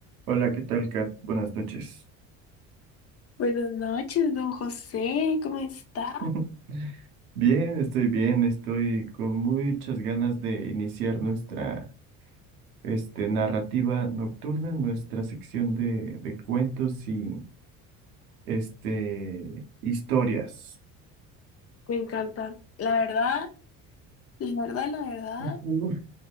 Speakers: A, on the right; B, on the left.
A: Hola, ¿qué tal, Kat? Buenas noches.
B: Buenas noches, don José, ¿cómo está?
A: <laughs> Bien, estoy bien, estoy con muchas ganas de iniciar nuestra este, narrativa nocturna, nuestra sección de, de cuentos y este, historias.
B: Me encanta. La verdad, la verdad, la verdad,
A: Uf.